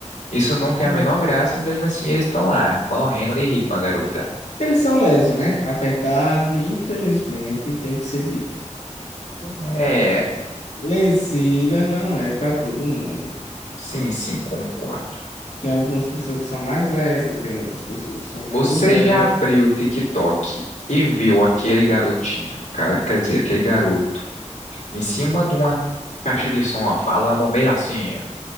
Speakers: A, on the left; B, on the left.
A: Isso não tem
B: Hum.
A: a menor graça e mesmo assim eles estão lá, morrendo de rir com a garota.
B: Eles são lesos, né? A verdade, infelizmente, tem que ser dita.
A: É,
B: Leseira não é para todo mundo.
A: sim, sim, concordo.
B: Tem algumas pessoas que são mais lesas, tem outras pessoas que são menos
A: Você
B: lesas.
A: já abriu o TikTok e viu aquele garotinho, ca- quer dizer, aquele garoto, em cima de uma caixa de som, ó, falando meio assim,